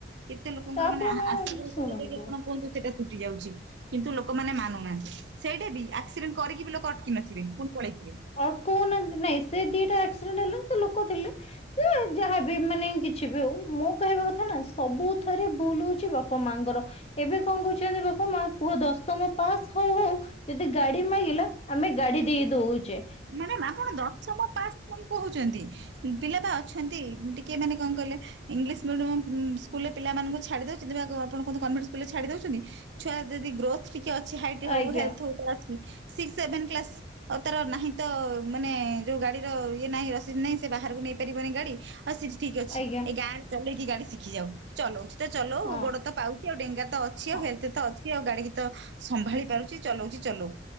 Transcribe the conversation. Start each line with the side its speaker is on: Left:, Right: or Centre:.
Right: କେତେ ଲୋକଙ୍କର
Left: ତାପରେ
Right: ମାନେ ଆ
Left: ମ୍ୟାମ
Right: -ଆଶ ଭରସ
Left: ଶୁଣନ୍ତୁ
Right: କୁହନ୍ତୁ ସେଟା ତୁଟି ଯାଉଛି କିନ୍ତୁ ଲୋକମାନେ ମାନୁ ନାହାନ୍ତି ସେଇଟା ବି ଆ କ୍ସିଡେଣ୍ଟ କରିକି ବି ଲୋକ ଅଟକି ନଥିବେ ପୁଣି ପଳେଇ ଥିବେ।
Left: ଅଟ୍କଉ ନାହାନ୍ତି ନାଇଁ ସେ ଦିଟା ଆକ୍ସିଡେଣ୍ଟ ହେଲା ସେ ଲୋକ ଥିଲେ ସେ ଯାହାବି ମାନେ କିଛି ବି ହଉ ମୁଁ କହିବା କଥା ନା ସବୁ ଥରେ ଭୁଲ ହଉଛି ବାପା ମାଙ୍କର। ଏବେ କଣ କହୁଛନ୍ତି ବାପା ମା ପୁଅ ଦଶମ ପାସ୍ ହଉ ହଉ ଯଦି ଗାଡ଼ି ମାଗିଲା ଆମେ ଗାଡ଼ି ଦେଇ ଦେଉଛେ।
Right: ମାଡାମ୍ ଆପଣ ଦଶମ ପାସ କଣ କହୁଛନ୍ତି। ପିଲା ପା ଅଛନ୍ତି ଟିକେ ମାନେ କଣ କହିଲେ ଇଂଲିଶ ମିଡିୟମ ସ୍କୁଲ ପିଲାମାନଙ୍କୁ ଛାଡ଼ି ଦଉଛନ୍ତି ବା ଗ ଆପଣ କୁହନ୍ତୁ କନ୍ ଭେଟ୍ ସ୍କୁଲ ଛାଡ଼ି ଦଉଛନ୍ତି। ଛୁଆ ଯଦି ଗ୍ରୋଥ ଟି କି ଅଛି ହାଇଟ ହୋଉ
Left: ଆଜ୍ଞା
Right: ହେଲ୍ଥ ଗୋଟେ ଅଛି ସିକ୍ସ ସେଭେନ କ୍ଲାସ ଅ ତାର ନାହିଁ ତ ମାନେ ଯୋଉ ଗାଡ଼ିର ଇଏ ନାହିଁ ରସିଦ ନାହିଁ ସେ ବାହାରକୁ ନେଇ ପାରିବନି ଗାଡ଼ି। ହଁ ସେଠି ଠିକ୍ ଅଛି
Left: ଆଜ୍ଞା
Right: ଏ ଗାଁରେ ଚଲେଇକି ଗାଡ଼ି ଶିଖି ଯାଉ ଚଲଉଛି ତ ଚଲଉ
Left: ହଁ
Right: ଗୋଡ଼ ତ ପାଉ କି ଆଉ ଡେଙ୍ଗା ତ ଅଛି ଆଉ
Left: ହଁ
Right: ହେଲ୍ଥ ତ ଅଛି ଆଉ ଗାଡ଼ି କି ତ ସମ୍ଭାଳି ପାରୁଛି ଚଲଉଛି ଚଲଉ।